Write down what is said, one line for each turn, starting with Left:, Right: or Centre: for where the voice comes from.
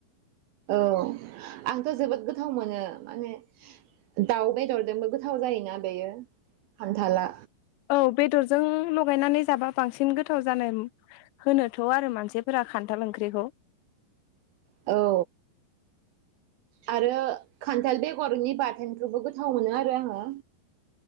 Right: औ आंथ' जोबोद गोथाव मोनो माने दाउ बेदरजोंबो गोथाव जायोना बेयो खान्थाला
Left: औ बेदरजों लगायनानै जाबा बांसिन गोथाव जानो होनोथ' आरो मानसिफोरा खान्थाल ओंख्रिखौ
Right: औ आरो खान्थाल बेगरनि बाथोनखौबो गोथाव मोनो आरो आङो